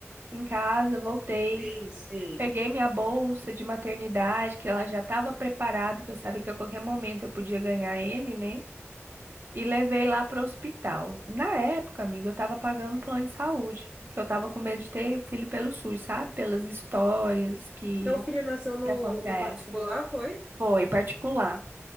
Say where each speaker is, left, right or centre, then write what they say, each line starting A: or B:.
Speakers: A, on the right (about 45°); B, on the right (about 15°).
A: em casa, voltei,
B: sim, sim.
A: peguei minha bolsa de maternidade, que ela já estava preparada, que eu sabia que a qualquer momento eu podia ganhar ele, né? E levei lá para o hospital. Na época, amiga, eu estava pagando um plano de saúde, que eu estava com medo de ter filho pelo SUS, sabe? Pelas histórias que,
B: Teu filho nasceu no,
A: que acontecem.
B: no particular, foi?
A: Foi particular.